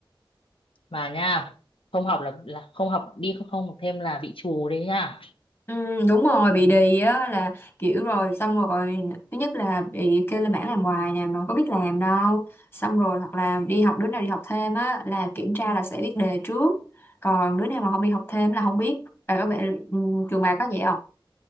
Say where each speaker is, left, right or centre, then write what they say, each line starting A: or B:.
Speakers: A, on the left (about 80°); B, on the left (about 25°).
A: mà nha không học là, là không học đi không, không học thêm là bị trù đấy nha
B: ừ, đúng rồi bị đì á là kiểu rồi xong rồi thứ nhất là bị kêu lên bảng làm hoài nè mà không có biết làm đâu xong rồi hoặc là đi học đứa nào đi học thêm á là kiểm tra là sẽ biết đề trước còn đứa nào mà không đi học thêm là không biết và có vẻ ừ, trường bà có vậy